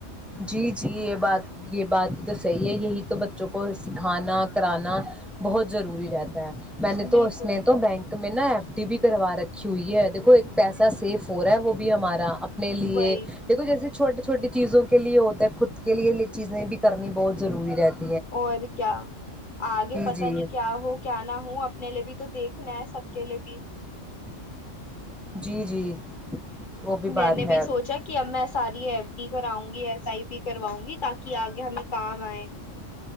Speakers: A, in the centre; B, on the left (about 55°).
A: جی جی یہ بات یہ بات تو صحیح یہ یہی تو بچوں کو سکھانا کرانا بہت ضروری رہتا میں نے تو
B: بالکل
A: اس نے تو بینک میں نا ایف ڈی بھی کروا رکھی ہوئی ہے دیکھو ایک پیسا سیف ہو رہا ہے وہ بھی ہمارا لیے
B: وہی
A: دیکھو جیسے چھوٹے چھوٹٹی چیزوں کے لیے ہوتے ہے خود کے لیے یہ چیزیں بھی کرنی بہت ضروری رہتی ہے
B: اور کیا آگے پتا
A: جی
B: نہیں کیا ہو کیا نہ ہو اپنے لیے بھی تو دیکھنا ہے سب کے لیے بھی
A: جی جی وہ بات
B: میں نے بھی
A: ہے
B: سوچا کہ اب میں ساری ایف ڈی کراؤں گی ایس آئی پی کرواؤں گی تاکہ آگے ہمیں کام آئے